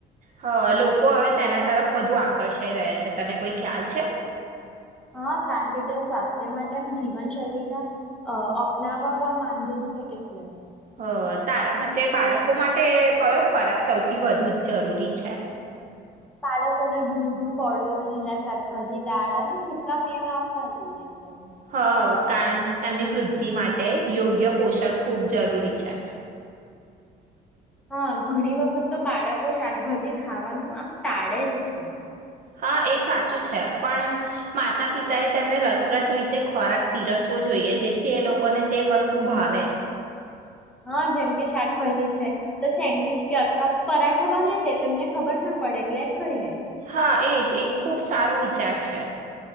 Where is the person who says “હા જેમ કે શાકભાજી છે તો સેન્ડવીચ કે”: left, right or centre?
Centre